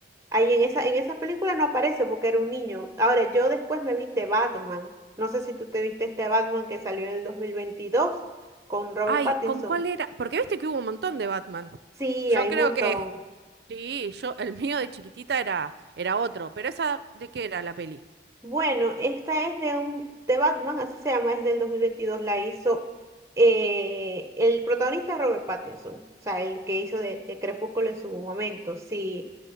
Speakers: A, on the right (about 15°); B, on the right (about 65°).
A: Ahí en esa, en esa película no aparece porque era un niño. Ahora, yo después me vi The Batman. No sé si tú te viste este Batman que salió en el 2022 con Robert
B: Ay,
A: Pattinson.
B: ¿con cuál era? Porque viste que hubo un montón de Batman.
A: Sí,
B: Yo
A: hay
B: creo
A: un montón.
B: que Sí, yo, el mío de chiquitita era, era otro, pero esa, ¿de qué era la peli?
A: Bueno, esta es de un de Batman, así se llama, es del 2022, la hizo eh, el protagonista es Robert Pattinson, o sea, el que hizo de, de Crepúsculo en su momento, sí,